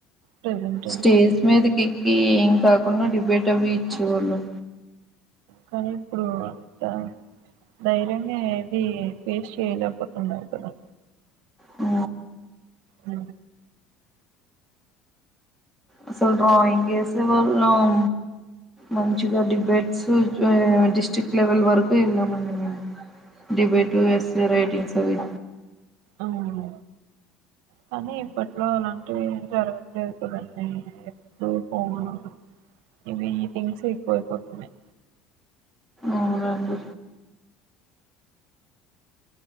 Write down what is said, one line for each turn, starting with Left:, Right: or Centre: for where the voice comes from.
Right: ప్రెజెంట్
Centre: స్టేజ్ మీదికి కి ఏం కాకుండా డిబేట్ అవి ఇచ్చేవాళ్ళం
Right: కానీ ఇప్పుడు అంత ధైర్యంగా ఏది ఫేస్ చేయలేకపోతున్నారు కదా
Centre: ఆ
Right: అ
Centre: అసలు డ్రాయింగ్ వేసే వాళ్ళం మంచిగా డిబేట్ <unintelligible> జస్ట్ డిస్ట్రిక్ట్ లెవెల్ వరకు ఏళ్ళ మండి మేము డిబేటు ఎస్ఏ రైటింగ్స్ అవి
Right: అవును కానీ ఇప్పట్లో అలాంటివి జరగట్లేదు ప్రజెంట్ అయితే ఎప్పుడు పోను ఇవి ఈటింగ్స్ ఎక్కువ అయిపోతున్నాయి
Centre: అవునండి